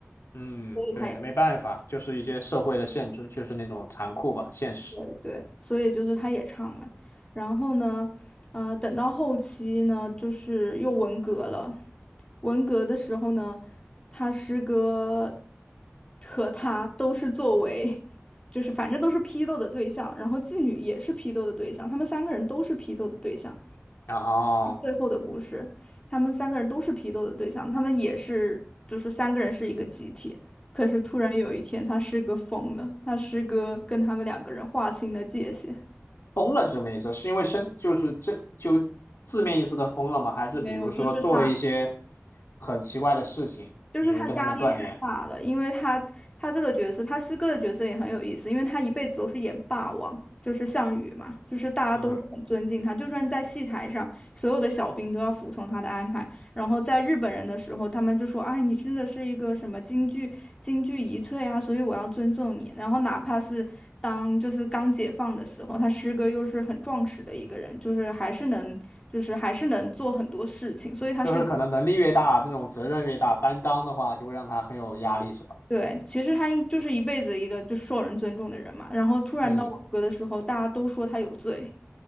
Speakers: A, on the left; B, on the left.
A: 嗯，
B: 所以他也。
A: 对，没办法，就是一些社会的限制，就是那种残酷吧，现实。
B: 对对，所以就是他也唱了，然后呢，呃，等到后期呢，就是又文革了。文革的时候呢，他师哥和他都是作为，就是反正都是批斗的对象，然后妓女也是批斗的对象，他们三个人都是批斗的对象。
A: 然后
B: 最后的故事，他们三个人都是批斗的对象，他们也是就是三个人是一个集体。可是突然有一天，他师哥疯了，他师哥跟他们两个人划清了界限。
A: 疯了是什么意思？是因为生，就是这就字面意思的疯了吗？还是比如说做了一些
B: 没有，就是他。
A: 很奇怪的事情，
B: 就是他压力太大了，
A: 比如跟他们断联？
B: 因为他他这个角色，他师哥的角色也很有意思，因为他一辈子都是演霸王，就是项羽嘛，就是大家都是很尊敬他，
A: 嗯，
B: 就算在戏台上，所有的小兵都要服从他的安排。然后在日本人的时候，他们就说：“啊，你真的是一个什么京剧京剧遗粹啊，所以我要尊重你。”然后哪怕是当就是刚解放的时候，他师哥又是很壮实的一个人，就是还是能就是还是能做很多事情，所以他是。
A: 就是可能能力越大，那种责任越大，担当的话就会让他很有压力，是吧？
B: 对，其实他应就是一辈子一个就受人尊重的人嘛，然后突然到我哥的时候，
A: 嗯，
B: 大家都说他有罪，